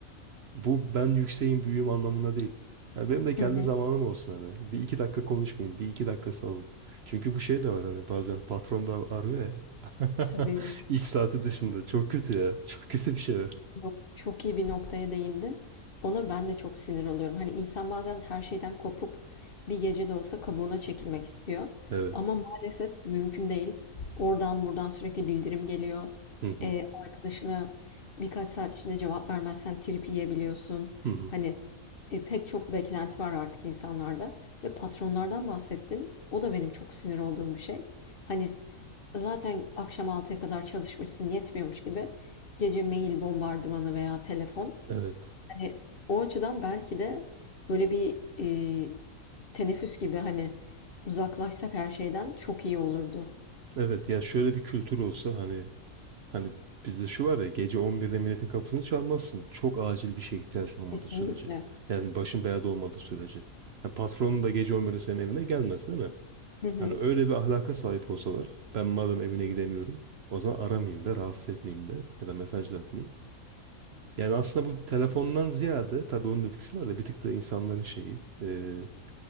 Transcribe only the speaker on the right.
Bu ben yükseğim büyüğüm anlamında değil. Ha, benim de
kendi
zamanım olsun hani. Bir iki dakika konuşmayayım. Bir iki dakika salın. Çünkü bu şey de var hani bazen patrondan arıyor ya. <laughs>
İş saati dışında. Çok kötü ya. <laughs> Çok kötü bir şey. var.
Evet.
Hı hı.
Hı hı.
Evet.
Evet ya şöyle bir kültür olsa hani hani bizde şu var ya gece 11'de milletin kapısını çalmazsın. Çok acil bir şeye ihtiyacın olmadığı
sürece. Yani başın belada olmadığı sürece. Ha, patronun da gece 11'de senin evine gelmez değil mi?
Hani öyle bir ahlaka sahip olsalar ben madem evine gidemiyorum o zaman aramayayım da rahatsız etmeyeyim de ya da mesaj da atmayayım. Yani aslında bu telefondan ziyade tabii onun da etkisi var da bir tık da insanların şeyi eee